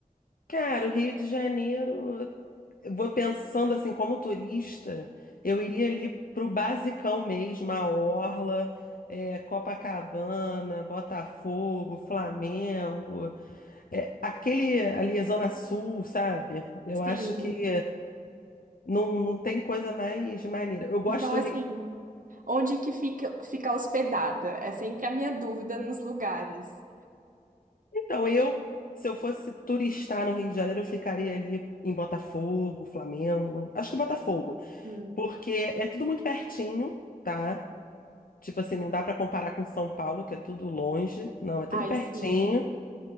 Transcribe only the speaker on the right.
Sim.
Então, assim,
onde que fica, fica hospedada? É sempre a minha dúvida nos lugares.
Que...
Hum.
Ai,
sim,